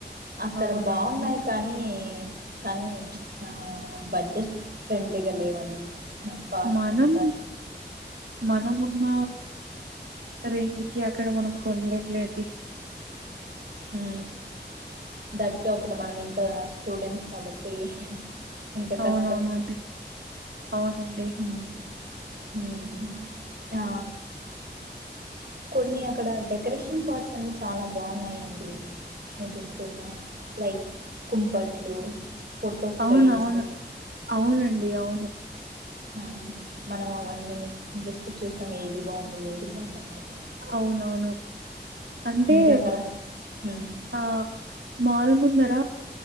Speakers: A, on the right; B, on the right.
A: అక్కడ
B: అవునవును
A: బాగున్నాయి కానీ కానీ ఆ బడ్జెట్ ఫ్రెండ్లీగా లేవండి కాస్ట్
B: మనం
A: అంతా
B: మనం ఉన్న రేంజ్ కి అక్కడ మనం కొనలేం లేండి
A: ఉ థట్ అప్పుడు మనం ఇంకా స్టూడెంట్స్ కాబట్టి ఇంకా
B: అవునవునండి
A: కష్టం
B: అవునండి
A: మ్మ్ మ్మ్ ఆ కొన్ని అక్కడ డెకరేషన్ పార్ట్స్ అన్ని చాలా బాగున్నాయండి మీకు గుర్తుందా లైక్ కుంపట్లు ఫోటో
B: అవును
A: ఫ్రేమ్స్
B: అవును అవునం అండి అవును
A: ఆ మనం అవన్నీ జస్ట్ చూసినాం ఏది బాగుంది ఏది బాగుంది అని చెప్
B: అవునవును అంటే
A: ఇంకా అక్కడ హ్మ్
B: ఆ మాల్ ముందర